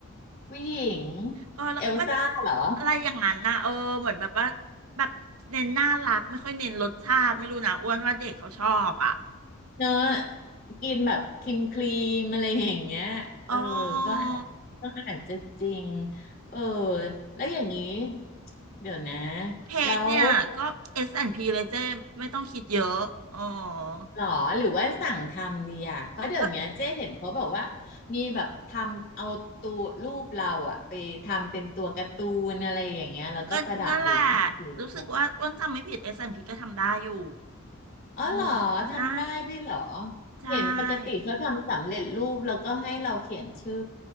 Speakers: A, on the left; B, on the right.
A: ผู้หญิง
B: เออแล้วก็แบบ
A: เอลซ่าเหรอ
B: อะไรอย่างนั้นนะเออเหมือนแบบว่าแบบเน้นน่ารักไม่ค่อยเน้นรสชาติไม่รู้นะอ้วนว่าเด็กเขาชอบอ่ะ
A: เนอะกินแบบครีมครีมอะไรอย่างเงี้ยเออก็อาจก็อาจจะจริง
B: เออ
A: เออแล้วอย่างนี้เดี๋ยวนะ
B: เค้กเนี่ยก็
A: แล้ว
B: S&P เลยเจ้ไม่ต้องคิดเยอะเออ
A: หรอหรือว่าสั่งทำดีอ่ะเพราะเดี๋ยวเนี้ยเจ๊เห็นเขาแบบว่า
B: ก็
A: มีแบบทำเอาตัวรูปเราอะไปทำเป็นตัวการ์ตูนอะไรอย่างเงี้ยแล้วก็ประดับอยู่ใต้เค้กอะ
B: ก็นั่นแหละรู้สึกว่าอ้วนจำไม่ผิด S&P ก็ทำได้อยู่
A: อ๋อเหรอทำได้ด้วยเหรอ
B: อืมใช่ใช่
A: เห็นปกติเขาทำสำเร็จรูปแล้วก็ให้เราเขียนชื่อ